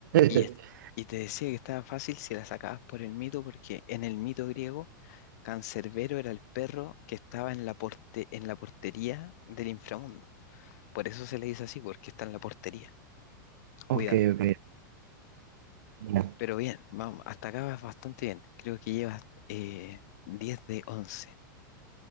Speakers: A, on the left; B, on the right.
A: Y,
B: <laughs>
A: es- y te decía que estaba fácil si la sacabas por el mito, porque en el mito griego, Cancerbero era el perro que estaba en la, porte- en la portería del inframundo. Por eso se le dice así, porque está en la portería,
B: Ok,
A: cuidando.
B: ok. mira. <laughs>
A: Pero bien, vamos, hasta acá vas bastante bien. Creo que llevas eh, 10 de once